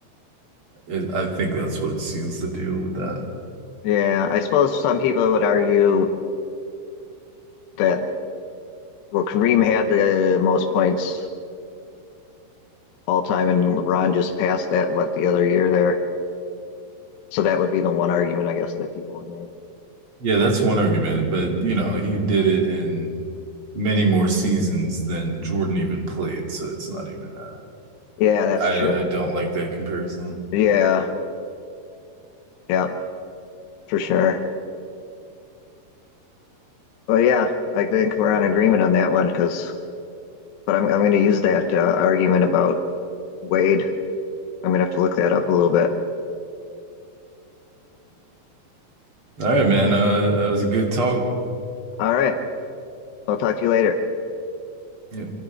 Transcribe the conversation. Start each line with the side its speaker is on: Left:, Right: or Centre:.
Right: It, I think that's what seals the deal with that.
Left: yeah. I suppose some people would argue that well, Kareem had the most points all time, and LeBron just passed that what the other year there. So that would be the one argument I guess that people would make.
Right: Yeah,
Left: But
Right: that's one argument, but you know, he did it in many more seasons than Jordan even played, so it's not even, uh,
Left: yeah, that's
Right: I,
Left: true.
Right: I don't like that comparison.
Left: Yeah, yeah, for sure. But yeah, I think we're on agreement on that one because. But I'm I'm going to use that uh, argument about Wade. I'm going to have to look that up a little bit.
Right: All right, man. Uh, that was a good talk.
Left: All right, I'll talk to you later.
Right: Yeah.